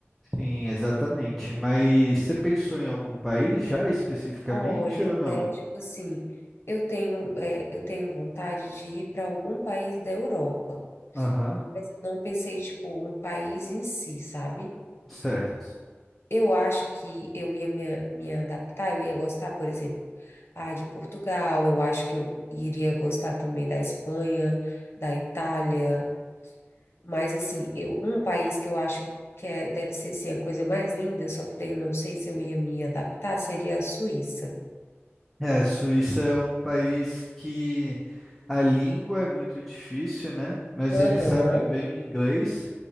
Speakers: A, in the centre; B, on the left.
A: Sim, exatamente. Mas você pensou em algum país já especificamente
B: Olha,
A: ou não?
B: é tipo assim, eu tenho, é, eu tenho vontade de ir para algum país da Europa,
A: Aham,
B: mas eu não pensei, tipo, um país em si, sabe?
A: certo.
B: Eu acho que eu ia me, me adaptar, eu ia gostar, por exemplo, ah, de Portugal, eu acho que eu iria gostar também da Espanha, da Itália. Mas assim, eu, um país que eu acho que é, deve ser assim, a coisa mais linda, só que daí eu não sei se eu ia me adaptar, seria a Suíça.
A: É, a Suíça é um país que a língua é muito difícil, né? Mas eles
B: Aham,
A: sabem bem o inglês